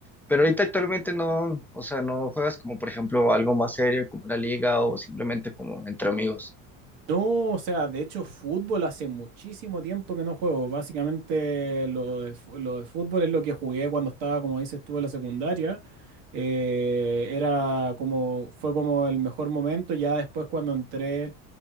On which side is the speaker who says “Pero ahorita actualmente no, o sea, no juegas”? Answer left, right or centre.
Centre